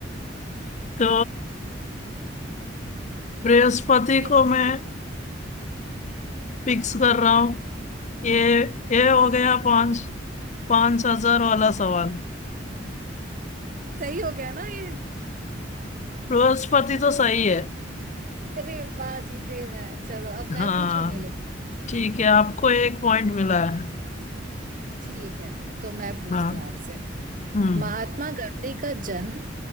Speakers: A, on the left; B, on the right.
A: तो बृहस्पति
B: बृहस्पति
A: को मैं फिक्स कर रहा हूँ ये ये हो गया पांच पांच हजार वाला सवाल
B: सही हो गया ना ये
A: बृहस्पति तो सही है
B: अरे वाह जीत गई मैं चलो अब
A: हाँ
B: मैं पूछूंगी लेकिन आपसे।
A: ठीक है आपको एक पॉइंट मिला है
B: ठीक है तो मैं पूछती
A: हाँ
B: हूँ आपसे
A: हम्म
B: महात्मा गांधी का जन्म